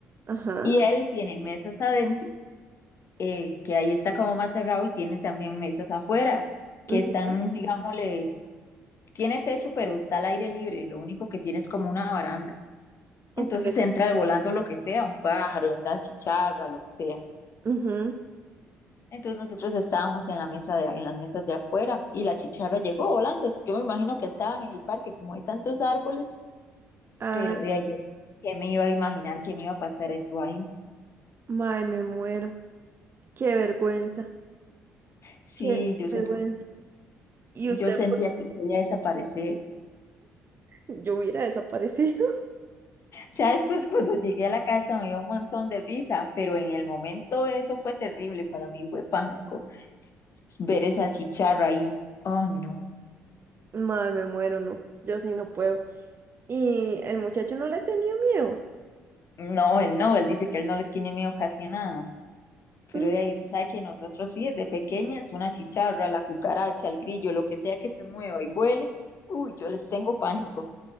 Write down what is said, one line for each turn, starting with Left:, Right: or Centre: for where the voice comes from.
Right: Ajá.
Left: Y él tiene mesas adentro, eh, que ahí está como más cerrado, y tiene también mesas afuera, que
Right: ujú,
Left: están, digámosle, tiene techo, pero está al aire libre, lo único que tiene es como una baranda. Entonces
Right: Ok.
Left: entra volando lo que sea, un pájaro, una chicharra, lo que sea.
Right: ujú,
Left: Entonces nosotros estábamos en la mesa de, en las mesas de afuera y la chicharra llegó volando. Yo me imagino que estaba en el parque, como hay tantos árboles,
Right: Ah,
Left: pero de ahí yo, ¿qué me iba a imaginar que me iba a pasar eso ahí?
Right: ay, me muero. Qué vergüenza.
Left: Sí,
Right: Qué
Left: yo
Right: vergüenza. Y
Left: Yo
Right: usted,
Left: sentía
Right: por-
Left: que quería desaparecer.
Right: yo hubiera desaparecido.
Left: Ya después, <laughs> cuando llegué a la casa, me dio un montón de risa, pero en el momento eso fue terrible para mí, fue pánico. Ver esa chicharra ahí. Oh, no.
Right: <laughs> Ay, me muero, no. Yo sí no puedo. Y el muchacho no le tenía miedo.
Left: No, él no, él dice que él no le tiene miedo casi a nada. Pero
Right: Mm,
Left: de ahí usted sabe que nosotros sí, desde pequeñas, una chicharra, la cucaracha, el grillo, lo que sea que se mueva y vuele, uy, yo les tengo pánico.